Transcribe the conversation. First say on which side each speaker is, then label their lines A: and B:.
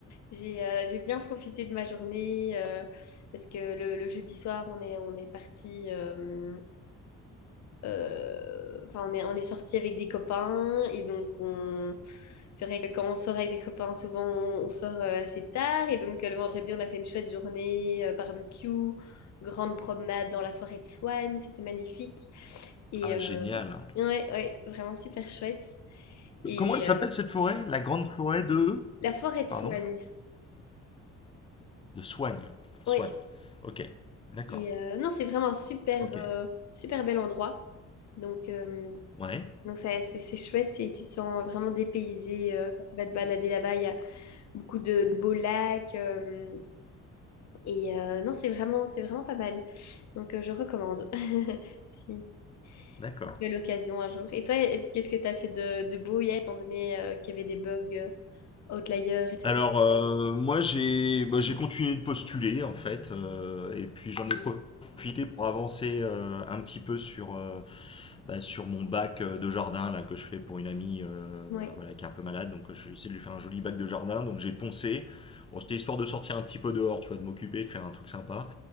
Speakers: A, on the left; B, on the left.
A: J'ai euh, j'ai bien profité de ma journée euh, parce que le, le jeudi soir, on est, on est parti. euh, euh, enfin, on est, on est sorti avec des copains et donc on... C'est vrai que quand on sort avec des copains, souvent on on sort euh, assez tard et donc euh, le vendredi on a fait une chouette journée, euh, barbecue, grande promenade dans la forêt de Swan, c'était magnifique et
B: Ah
A: euh,
B: génial.
A: ouais, ouais, vraiment super chouette. Et
B: Comment elle s'appelle
A: euh,
B: cette forêt? La grande forêt de,
A: la forêt de
B: pardon,
A: Soigne,
B: de Soigne.
A: ouais.
B: Soigne. Ok. D'accord.
A: Et euh, non, c'est vraiment un superbe,
B: Ok.
A: euh, super bel endroit. Donc, euh,
B: Ouais.
A: donc ça, c'est c'est chouette et tu te sens vraiment dépaysé euh, quand tu vas te balader là-bas. beaucoup de, de beaux lacs. euh, et euh, non, c'est vraiment, c'est vraiment pas mal. Donc, euh, je recommande <laughs> si,
B: D'accord.
A: si tu as l'occasion un jour. Et toi, et- qu'est-ce que tu as fait de, de beau hier, étant donné euh, qu'il y avait des bugs euh, outliers, etc.
B: Alors, euh, moi, j'ai bah, j'ai continué de postuler, en fait, euh, et puis j'en ai profité pour avancer euh, un petit peu sur, euh, bah, sur mon bac euh, de jardin là, que je fais pour une amie euh,
A: Ouais,
B: voilà, qui est un peu malade. Donc, je vais essayer de lui faire un joli bac de jardin. Donc, j'ai poncé. Bon, c'était histoire de sortir un petit peu dehors, tu vois, de m'occuper, de faire un truc sympa.